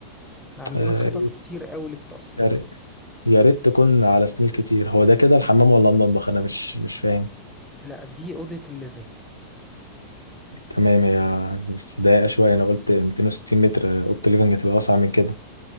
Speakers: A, in the centre; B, on the left (about 80°).
A: إحنا عندنا
B: آه،
A: خطط كتير قوي للتقسيط
B: يا ريت يا ريت تكون على سنين كتير هو ده كده الحمام ولا المطبخ انا مش مش فاهم
A: لا دي اوضه الليفينج
B: تمام هي بس ضايقه شويه انا قلت 260 متر آه، اوضه الليفنج هتبقى اوسع من كده